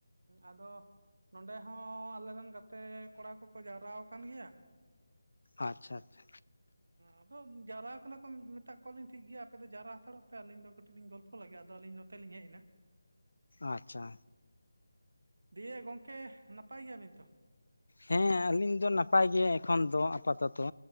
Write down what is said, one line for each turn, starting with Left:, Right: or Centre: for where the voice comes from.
Right: ᱟᱫᱚ ᱱᱚᱰᱮ ᱦᱚᱸ ᱟᱞᱮᱨᱮᱱ ᱜᱟᱛᱮ ᱠᱚᱲᱟ ᱠᱚᱠᱚ ᱡᱟᱣᱨᱟ ᱟᱠᱟᱱ ᱜᱮᱭᱟ
Left: ᱟᱪᱪᱷᱟ ᱟᱪᱪᱷᱟ
Right: ᱟᱫᱚ ᱡᱟᱣᱨᱟ ᱠᱟᱱᱟ ᱠᱚ ᱢᱮᱛᱟ ᱠᱚᱣᱟᱞᱤᱧ ᱴᱷᱤᱠ ᱜᱮᱭᱟ ᱟᱯᱮ ᱫᱚ ᱡᱟᱣᱨᱟ ᱦᱟᱛᱟᱲᱚᱜ ᱯᱮ ᱟᱹᱞᱤᱧ ᱫᱚ ᱠᱟᱹᱴᱤᱡ ᱞᱤᱧ ᱜᱚᱞᱯᱚ ᱞᱮᱜᱮ ᱟᱫᱚ ᱟᱹᱞᱤᱧ ᱱᱚ ᱛᱮᱞᱤᱧ ᱦᱮᱡ ᱮᱱᱟ
Left: ᱟᱪᱪᱷᱟ
Right: ᱫᱤᱭᱮ ᱜᱚᱝᱠᱮ ᱱᱟᱯᱟᱭ ᱜᱮᱭᱟ ᱵᱤᱱ ᱛᱚ
Left: ᱦᱮᱸ ᱟᱹᱞᱤᱧ ᱫᱚ ᱱᱟᱯᱟᱭ ᱜᱮ ᱮᱠᱷᱚᱱ ᱫᱚ ᱟᱯᱟᱛᱚᱛᱚ